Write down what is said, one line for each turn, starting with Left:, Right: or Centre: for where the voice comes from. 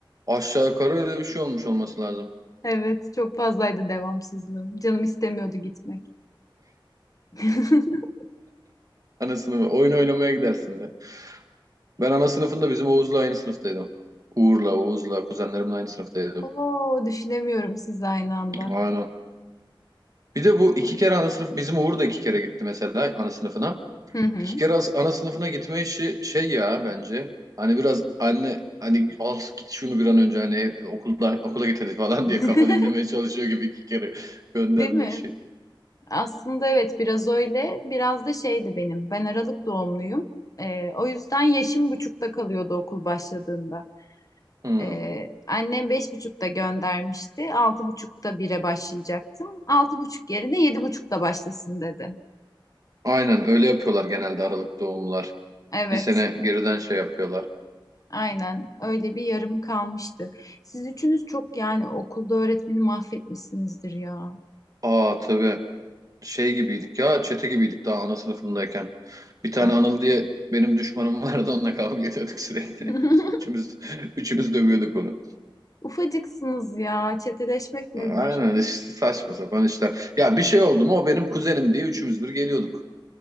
Right: Aşağı yukarı öyle bir şey olmuş olması lazım.
Left: Evet, çok fazlaydı devamsızlığım. Canım istemiyordu gitmek. <laughs>
Right: Ana sınıfı. Oyun oynamaya gidersin de. Ben ana sınıfında bizim Oğuz'la aynı sınıftaydım. Uğur'la, Oğuz'la, kuzenlerimle aynı sınıftaydım.
Left: Oo, düşünemiyorum siz aynı anda.
Right: Aynen. Bir de bu iki kere ana sınıf, bizim Uğur da iki kere gitti mesela ana sınıfına.
Left: Hı hı.
Right: İki kere as- ana sınıfına gitme işi şey ya bence. Hani biraz anne hani al git şunu bir an önce hani okulda okula git hadi falan
Left: <laughs>
Right: diye kafa dinlemeye çalışıyor gibi iki kere <laughs> gönderme
Left: Değil mi?
Right: işi.
Left: Aslında evet biraz öyle. Biraz da şeydi benim. Ben Aralık doğumluyum. Ee, o yüzden yaşım buçukta kalıyordu okul başladığında.
Right: Hmm.
Left: Ee, annem beş buçukta göndermişti. Altı buçukta bire başlayacaktım. Altı buçuk yerine yedi buçukta başlasın dedi.
Right: Aynen öyle yapıyorlar genelde Aralık doğumlar.
Left: Evet,
Right: Bir sene geriden şey yapıyorlar.
Left: aynen öyle bir yarım kalmıştı. Siz üçünüz çok yani okulda öğretmeni mahvetmişsinizdir ya
Right: Aa tabii şey gibiydik ya çete gibiydik daha ana sınıfındayken. Bir tane
Left: bence
Right: Anıl diye
Left: de.
Right: benim düşmanım vardı onunla kavga ediyorduk sürekli.
Left: <laughs>
Right: <laughs> Üçümüz, üçümüz dövüyorduk onu.
Left: Ufacıksınız ya. Çeteleşmek nedir?
Right: Aynen işte saçma sapan işler. Ya bir şey oldu mu o benim kuzenim diye üçümüz bir geliyorduk.